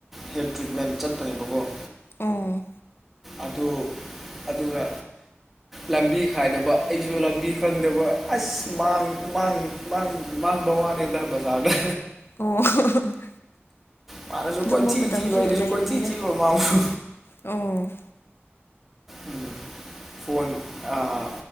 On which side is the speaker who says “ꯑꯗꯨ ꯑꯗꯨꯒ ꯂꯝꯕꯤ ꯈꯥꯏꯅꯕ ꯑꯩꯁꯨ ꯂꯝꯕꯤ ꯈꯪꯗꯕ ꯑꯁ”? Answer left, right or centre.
Centre